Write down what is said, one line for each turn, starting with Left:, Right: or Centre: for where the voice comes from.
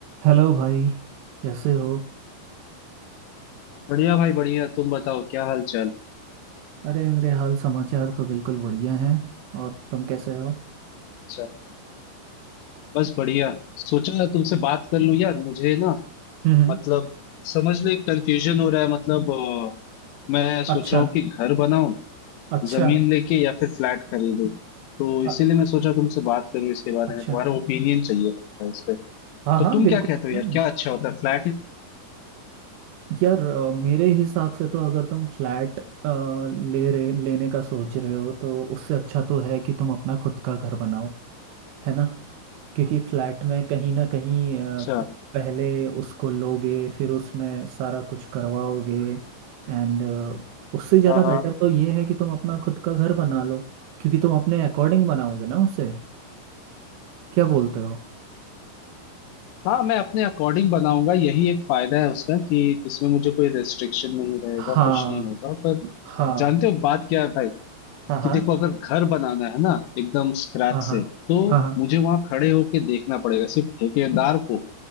Right: Hello भाई कैसे हो
Left: बढ़िया भाई बढ़िया तुम बताओ क्या हाल चाल
Right: अरे मेरे हाल समाचार तो बिल्कुल बढ़िया हैं और तुम कैसे हो
Left: अच्छा बस बढ़िया सोचा ना तुमसे बात कर लूं यार मुझे ना
Right: हम्म
Left: मतलब समझ लो एक कंफ्यूजन हो रहा है मतलब अ, मैं सोच
Right: अच्छा
Left: रहा हूँ कि घर बनाऊं
Right: अच्छा
Left: जमीन लेके या फिर फ्लैट खरीदूं तो इसीलिए
Right: अ-
Left: मैं सोचा तुमसे बात करूं इसके बारे
Right: अच्छा
Left: में तुम्हारा ओपिनियन चाहिए था इस पे
Right: हाँ
Left: तो
Right: हाँ
Left: तुम
Right: बिल्कुल
Left: क्या कहते
Right: क्यों
Left: हो यार
Right: नहीं
Left: क्या अच्छा होता है फ्लैट
Right: यार अ, मेरे हिसाब से तो अगर तुम फ्लैट ले रहे लेने का सोच रहे हो तो उससे अच्छा तो है कि तुम अपना खुद का घर बनाओ है ना क्योंकि फ्लैट में कहीं ना कहीं अ,
Left: अच्छा
Right: तुम पहले उसको लोगे फिर उसमें सारा कुछ करवाओगे एंड उससे ज़्यादा
Left: हाँ हाँ
Right: बेटर तो ये है कि तुम अपना खुद का घर बना लो क्योंकि तुम अपने अकॉर्डिंग बनाओगे ना उसे क्या बोलते हो
Left: हाँ मैं अपने अकॉर्डिंग बनाऊंगा यही एक फायदा है उसका कि इसमें मुझे कोई रेस्ट्रिक्शन नहीं रहेगा
Right: हाँ
Left: कुछ नहीं होगा पर
Right: हाँ
Left: जानते हो बात क्या है भाई
Right: हाँ हाँ
Left: कि देखो अगर घर बनाना है ना एकदम स्क्रैच
Right: हाँ हाँ
Left: से तो
Right: हाँ हाँ
Left: मुझे वहां खड़े होके देखना पड़ेगा सिर्फ ठेकेदार को